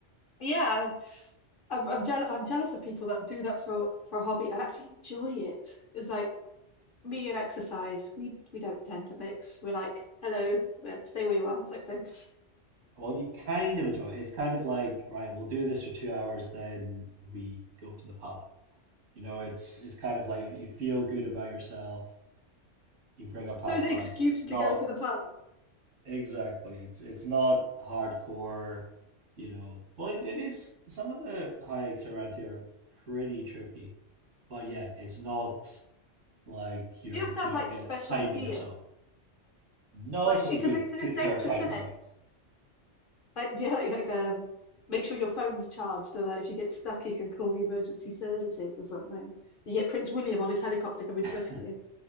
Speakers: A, on the left; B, on the right.
A: Yeah, I'm I'm jealous. I'm jealous of people that do that for for a hobby and actually enjoy it. It's like me and exercise, we we don't tend to mix. We're like, hello, yeah, stay where you are type thing.
B: Well, you kind of enjoy it. It's kind of like, right, we'll do this for two hours, then we go to the pub. You know, it's it's kind of like you feel good about yourself, you bring a pack
A: So it's
B: lunch.
A: an excuse
B: It's not
A: to go to the pub.
B: Exactly. It's it's not hardcore, you know. Well, it, it is some of the hikes around here are pretty tricky. But yeah, it's not like you're
A: Do you have to
B: doing
A: have like
B: it
A: special
B: timing
A: gear?
B: yourself. No,
A: Like,
B: just
A: because
B: a good
A: it, because
B: good
A: it's dangerous,
B: pair of hiking
A: isn't it?
B: boots.
A: Like, do you like, like um, make sure your phone's charged so that if you get stuck, you can call the emergency services or something. You get Prince William on his helicopter coming to rescue
B: <laughs>
A: you.